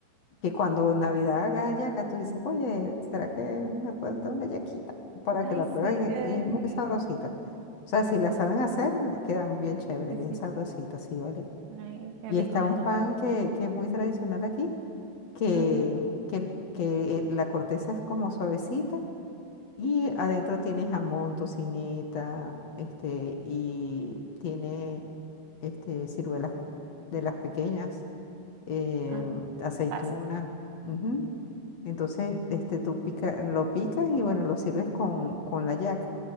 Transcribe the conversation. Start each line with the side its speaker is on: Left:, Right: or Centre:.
Left: que cuando Navidad haga hallaca, tú dices, oye, ¿será que me pueden dar una hallaquita para
Right: Ay,
Left: que la
Right: sí,
Left: prueben?
Right: qué
Left: Y,
Right: deli.
Left: y es muy sabrosita. O sea, si la saben hacer, le quedan bien chévere,
Right: Sí,
Left: bien
Right: sí,
Left: sabrosita,
Right: sí.
Left: sí, ¿vale?
Right: Ay, qué
Left: Y
Right: rico,
Left: está
Right: me
Left: un
Right: antojaste.
Left: pan que, que es muy tradicional aquí, que,
Right: Ujú.
Left: que, el- que el- la corteza es como suavecita y adentro tiene jamón, tocineta, este, y tiene este, ciruelas de las pequeñas eh,
Right: Ajá.
Left: aceituna.
Right: Pasas.
Left: ujú. Entonces, este, tú pica, lo picas y bueno, lo sirves con, con la yaca